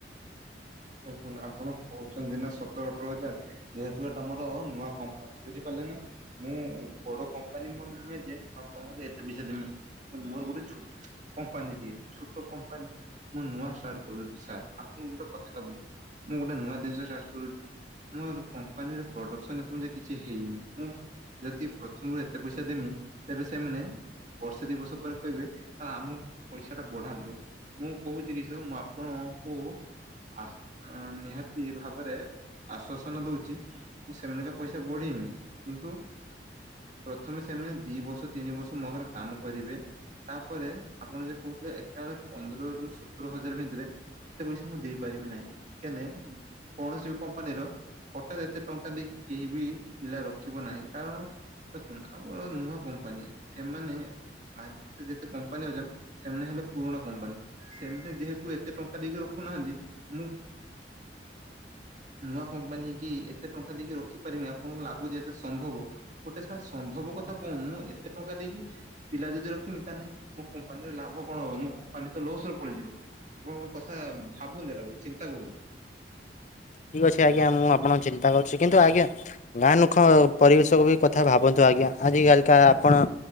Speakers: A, on the right (about 45°); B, on the left (about 45°).
A: ଦେଖନ୍ତୁ ଆପଣ କହୁଛନ୍ତି ନା ସତର ଅଠର ହଜାର ଯେହେତୁ ଏଟା ମୋର ନୂଆ କମ୍ପାନୀ ବୁଝିପାରିଲେ ନା। ମୁଁ ବଡ଼ କମ୍ପାନୀ ମୋର୍ ନୁହେଁ ଯେ ମୁଁ ଆପଣଙ୍କୁ ଏତେ ପଇସା ଦେମି। ମୋର ଗୋଟେ ଛୁଟ କମ୍ପାନୀ ଟିଏ ଛୁଟ କମ୍ପାନୀ ମୁଁ ନୂଆ ଷ୍ଟାର୍ଟ କରୁଛି ସାର୍ ଆପଣ ଗୋଟେ କଥା ଟା ବୁଝ ମୁଁ ଗୋଟେ ନୂଆ ଜିନିଷ ଷ୍ଟାର୍ଟ କରୁଛି। ମୋର କମ୍ପାନୀର ପ୍ରଡକସନ୍ ଏ ପର୍ୟ୍ଯନ୍ତ କିଛି ହେଇନି ମୁଁ। ଯଦି ପ୍ରଥମରୁ ଏତେ ପଇସା ଦେମି ତେବେ ସେମାନେ ବର୍ଷେ ଦି ବର୍ଷ ପରେ କହିବେ ତାହେଲେ ଆମ ପଇସା ଟା ବଢ଼ାନ୍ତୁ। ମୁଁ କହୁଛି କି ସ ମୁଁ ଆପଣଙ୍କୁ ଆ ନିହାତି ଭାବରେ ଆଶ୍ଵାସନା ଦଉଛି। ମୁଁ ସେମାନକା ପଇସା ବଢ଼ିମି କିନ୍ତୁ ପ୍ରଥମେ ସେମାନେ ଦି ବର୍ଷ ତିନି ବର୍ଷ ମୋ ଘରେ କାମ କରିବେ। ତାପରେ ଆପଣ ଯେ କହୁଥିଲେ ଏକା ବେଳେ ପନ୍ଦର ରୁ ସତର ହଜାର ଭିତରେ ଏତେ ପଇସା ମୁଁ ଦେଇ ପାରିବି ନାହିଁ କେନେ କୌଣସି ବି କମ୍ପାନୀର ହଠାତ୍ ଏତେ ଟଙ୍କା ଦେଇ କେହି ବି ପିଲା ରଖିବ ନାହିଁ କାରଣ ଦେଖନ୍ତୁ ଆମର ନୂଆ କମ୍ପାନୀ ସେମାନେ ମାର୍କେଟରେ ଯେତେ କମ୍ପାନୀ ଅଛନ ସେମାନେ ହେଲେ ପୁରୁଣା କମ୍ପାନୀ ସେମାନେ ଯେହେତୁ ଏତେ ଟଙ୍କା ଦେଇକି ରଖୁନାହାନ୍ତି। ମୁ ନୂଆ କମ୍ପାନୀ ହେଇକି ଏତେ ଟଙ୍କା ଦେଇକି ରଖିପାରମି ଆପଣଙ୍କୁ ଲାଗୁଛି ଯେ ଏତେ ସମ୍ଭବ? ଗୋଟେ ସାର୍ ସମ୍ଭବ କଥା କହୁନୁ ମୁଁ ଏତେ ଟଙ୍କା ଦେଇକି ପିଲା ଯଦି ରଖିମି ତାହେନେ ମୋ କମ୍ପାନୀର ଲାଭ କଣ ହବ ମୋ କମ୍ପାନୀ ତ ଲସରେ ପଳେଇଯିବ। ଆପଣଙ୍କ କଥା ଭାବୁନି ଏଟା ଗଟେ ଚିନ୍ତା କରୁନ୍।
B: ଠିକ୍ ଅଛି ଆଜ୍ଞା ମୁଁ ଆପଣଙ୍କୁ ଚିନ୍ତା କରଛି କିନ୍ତୁ ଆଜ୍ଞା ଗାଁ ନୁଖ ପରିବେଶକ ବି କଥା ଭାବନ୍ତୁ ଆଜ୍ଞା ଆଜିିକାଲିକା ଆପଣ